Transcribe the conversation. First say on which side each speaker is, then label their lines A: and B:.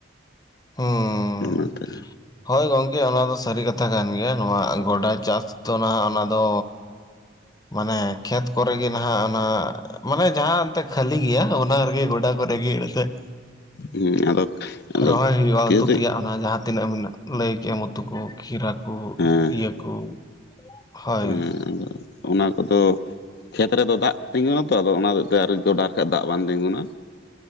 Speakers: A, on the left (about 20°); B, on the left (about 55°).
A: ᱦᱩᱸ
B: ᱚᱱᱟᱛᱮ
A: ᱦᱳᱭ ᱜᱚᱝᱠᱮ ᱚᱱᱟ ᱫᱚ ᱥᱟᱹᱨᱤ ᱠᱟᱛᱷᱟ ᱠᱟᱱ ᱜᱮᱭᱟ ᱱᱚᱣᱟ ᱜᱚᱰᱟ ᱪᱟᱥ ᱛᱚ ᱱᱟᱦᱟᱜ ᱚᱱᱟ ᱫᱚ ᱢᱟᱱᱮ ᱠᱷᱮᱛ ᱠᱚᱨᱮᱜᱮ ᱱᱟᱦᱟᱜ ᱚᱱᱟ ᱢᱟᱱᱮ ᱡᱟᱦᱟᱸ ᱮᱱᱛᱮ ᱠᱷᱟᱹᱞᱤ ᱜᱮᱭᱟ ᱚᱱᱟ ᱨᱮᱜᱮ ᱜᱚᱰᱟ ᱠᱚᱨᱮ ᱜᱮ ᱮᱱᱛᱮᱫ
B: ᱦᱮᱸ ᱟᱫᱚ ᱟᱫᱚ
A: ᱨᱚᱦᱚᱭ ᱦᱩᱭᱩᱜᱼᱟ
B: ᱠᱤᱱᱛᱩ
A: ᱩᱛᱩ ᱛᱮᱭᱟᱜ ᱚᱱᱟ ᱡᱟᱦᱟᱸ ᱛᱤᱱᱟᱹᱜ ᱢᱮᱱᱟᱜ ᱞᱟᱹᱭ ᱠᱮᱫ-ᱟᱢ ᱩᱛᱩ ᱠᱚ ᱠᱷᱤᱨᱟ ᱠᱚ
B: ᱦᱮᱸ
A: ᱤᱭᱟᱹ ᱠᱚ ᱦᱳᱭ
B: ᱦᱮᱸ ᱟᱫᱚ ᱚᱱᱟ ᱠᱚᱫᱚ ᱠᱷᱮᱛ ᱨᱮᱫᱚ ᱫᱟᱜ ᱛᱤᱸᱜᱩᱱᱟᱛᱚ ᱟᱫᱚ ᱚᱱᱟ ᱦᱚᱛᱮᱡᱛᱮ ᱟᱨ ᱜᱚᱰᱟ ᱠᱷᱟᱡ ᱫᱟᱜ ᱵᱟᱝ ᱛᱤᱸᱜᱩᱱᱟ